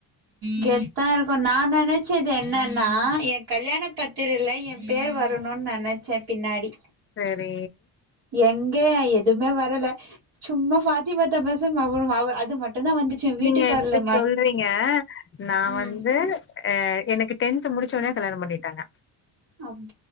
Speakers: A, on the right; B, on the left.
A: கெத்தா இருக்கு நா நினச்சது என்னன்னா என் கல்யாண பத்திரில என் பேர் வரணுன்னு நினச்சே பின்னாடி
B: செரி
A: எங்க எதுவுமே வரல சும்மா பாத்திமாத்தபசம் அவ்ளோ அவ அது மட்டு மட்டுந்தா வந்துச்சு வீட்டுக்கார்ல
B: நீங்க இப்டி சொல்றீங்க நா
A: ம்
B: வந்து ஆ எனக்கு டென்த் முடிச்ச ஒன்னே கல்யாணம் பண்ணிட்டாங்க
A: அம்